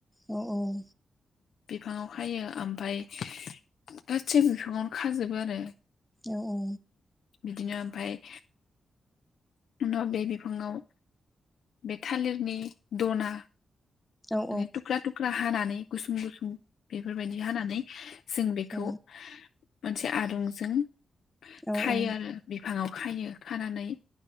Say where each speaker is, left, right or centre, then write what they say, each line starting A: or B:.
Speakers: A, in the centre; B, on the left.
A: औ औ
B: बिफाङाव खायो ओमफाय गासै बिफाङावनो खाजोबो आरो
A: औ औ
B: बिदिनो ओमफाय उनाव बे बिफाङाव बे थालिरनि दना
A: औ
B: ओमफाय थुख्रा थुख्रा हानानानै इ गुसुं गुसुं बेफोरबायदि हानानै जों बेखौ
A: औ
B: मोनसे आरुंजों
A: औ
B: खायो आरो बे फाङाव खायो खानानै